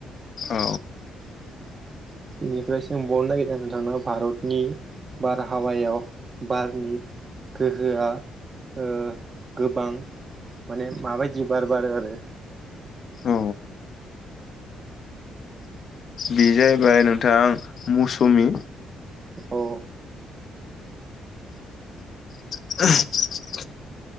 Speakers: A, on the left; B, on the right.
A: औ
B: बेनिफ्राय सोंबावनो नागिरदों नोंथांनाव भारतनि बारहावायाव बारनि गोहोआ ओ गोबां माने माबायदि बार बारो आरो
A: औ बे जाहैबाय नोंथां मौसुमि
B: अ
A: <unintelligible>